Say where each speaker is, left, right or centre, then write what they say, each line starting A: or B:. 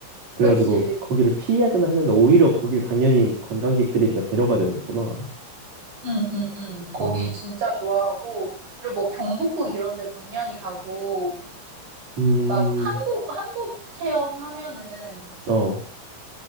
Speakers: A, on the right (about 50°); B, on the right (about 80°).
A: 그래가지고
B: 그치.
A: 거기를 피해야 되나 했는데 오히려 거길 당연히 관광객들이니까 데려가야 되는 거구나.
B: 응, 응, 응. 거기
A: 아,
B: 진짜 좋아하고, 그리고 뭐 경복궁 이런 데 당연히 가고,
A: 음,
B: 막 한복, 한복 체험하면은,
A: 어,